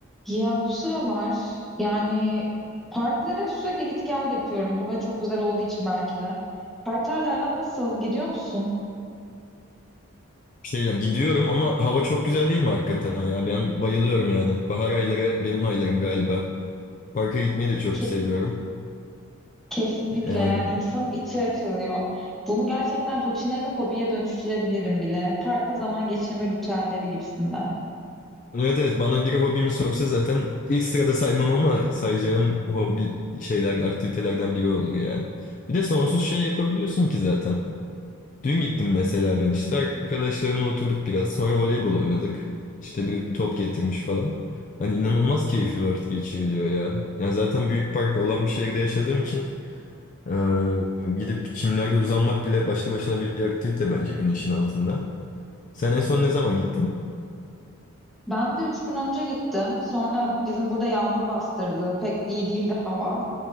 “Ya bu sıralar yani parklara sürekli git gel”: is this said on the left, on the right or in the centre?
Centre